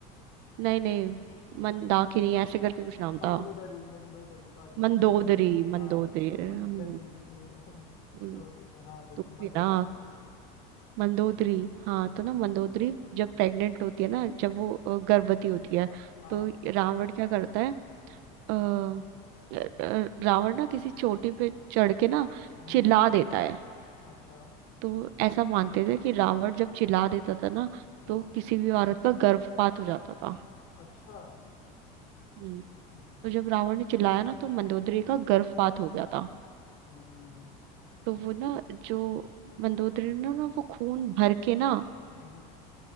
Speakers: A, on the right; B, on the left.
A: नहीं नहीं मंदाकिनी ऐसे करके कुछ नाम
B: मंदोदरी
A: था
B: मंदोदरी सॉरी
A: मंदोदरी
B: रुक्मणी तो कृ-
A: मंदोदरी
B: हाँ रुक्मणी
A: हम्म,
B: कृष्ण जी की वो-
A: हम्म,
B: चलो ठीक है हाँ रुक-
A: तुम भी
B: मंदोदरी
A: ना मंदोदरी हाँ तो
B: हम्म,
A: ना मंदोदरी जब प्रेग्नेंट होती है ना जब वो अ, गर्भवती होती है
B: हाँ
A: तो रावण क्या करता है अ, अ, अ, रावण ना किसी चोटी पे चढ़ के ना
B: हाँ
A: चिल्ला देता है
B: अच्छा
A: तो ऐसा मानते थे कि रावण जब चिल्ला देता था ना
B: हम्म,
A: तो किसी भी औरत का गर्भपात हो जाता था
B: अच्छा
A: हम्म
B: हम्म,
A: तो जब रावण ने चिल्लाया ना तो मंदोदरी का गर्भपात हो गया था
B: हम्म, हम्म,
A: तो वो ना जो मंदोदरी ने ना वो खून भर के ना
B: हम्म,